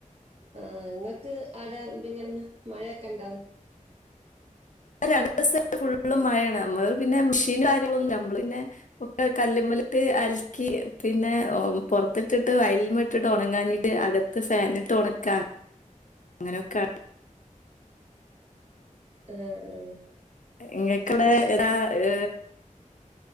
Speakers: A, on the right (about 45°); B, on the left (about 65°).
A: ആ ങ്ങക്ക് അവിടെ എന്തങ്ങനെ മഴയൊക്കെ ണ്ടാ
B: രണ്ടു ദിവസായിട്ട് ഫുള്ള് മഴയാണ് നമ്മള് പിന്നെ മെഷീനും കാര്യങ്ങളൊന്നില്ല നമ്മള് പിന്നെ ഒക്കെ കല്ലുമ്മലിട്ട് അലക്കി പിന്നെ പുറത്തിട്ടിട്ട് അയല്മ്മെ ഇട്ട് ഉണങ്ങാഞ്ഞിട്ട് അക- ത്ത് ഫാനിട്ട് ഉണക്കാണ് അങ്ങനെയൊക്കെയാണ്
A: അ ആ
B: നിങ്ങൾക്കിവിടെ
A: അത് ശരി
B: ഏതാ ഏ-